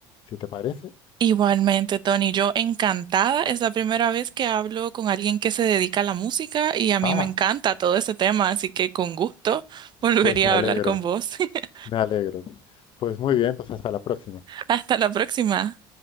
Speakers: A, on the left; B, on the right.
A: si te parece.
B: Igualmente, Tony, yo encantada. Es la primera vez que hablo con alguien que se dedica a la música y a mí
A: Ah,
B: me encanta todo este tema, así que con gusto volvería
A: pues me alegro,
B: a hablar con vos. <laughs>
A: me alegro. Pues muy bien, pues hasta la próxima.
B: Hasta la próxima.